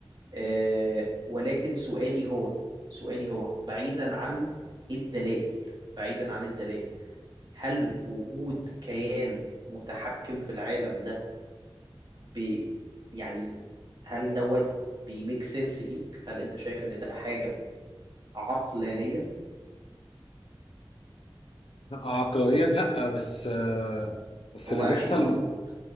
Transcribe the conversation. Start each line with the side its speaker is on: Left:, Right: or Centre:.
Right: آه، ولكن سؤالي هو سؤالي هو بعيدا عن الدلائل بعيدا عن الدلائل هل وجود كيان متحكم في العالم ده ب يعني هل دوت بيميك سنس ليك هل انت شايف ان ده حاجة عقلانية
Left: عقلانيا لا بس بس
Right: هو
Left: اللي
Right: اكشلي
Left: بيحصل
Right: موجود